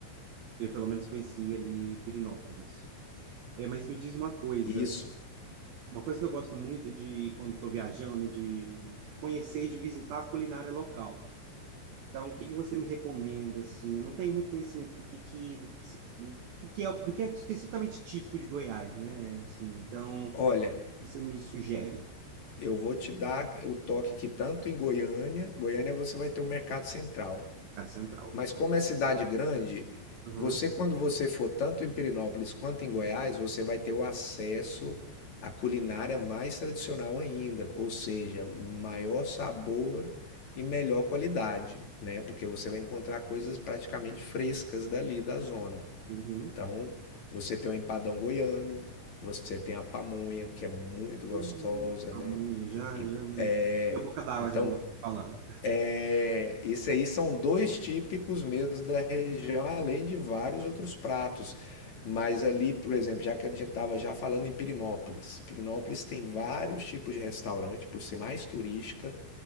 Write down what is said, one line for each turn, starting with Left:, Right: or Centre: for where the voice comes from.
Right: eu pelo menos conheci ali Pirinópolis. É, mas me diz uma coisa,
Left: Isso.
Right: uma coisa que eu gosto muito é de quando estou viajando, é de conhecer e de visitar a culinária local. Então, o que que você me recomenda assim? Eu não tenho muito conhecimento do que que, do que que se, do que é, do que é especificamente típico de Goiás, né? Assim, então,
Left: Olha,
Right: o que você me sugere,
Left: Eu vou te dar o toque que tanto em Goiânia, Goiânia você vai ter o Mercado Central.
Right: Casa Central aqui.
Left: Mas como é cidade grande,
Right: Aham.
Left: você quando você for tanto em Pirinópolis quanto em Goiás, você vai ter o acesso à culinária mais tradicional ainda, ou seja, maior sabor e melhor qualidade, né? Porque você vai encontrar coisas praticamente frescas dali da zona.
Right: Uhum.
Left: Então, você tem o empadão goiano, você tem a pamonha, que é muito gostosa,
Right: Hum, Pamonha,
Left: né?
Right: já,
Left: E-
Right: já.
Left: é,
Right: E a boca d'água
Left: então,
Right: aqui agora, falando.
Left: é, isso aí são dois típicos mesmo da região, além de vários outros pratos. Mas ali, por exemplo, já que a gente estava já falando em Pirinópolis, Pirinópolis tem vários tipos de restaurante, por ser mais turística,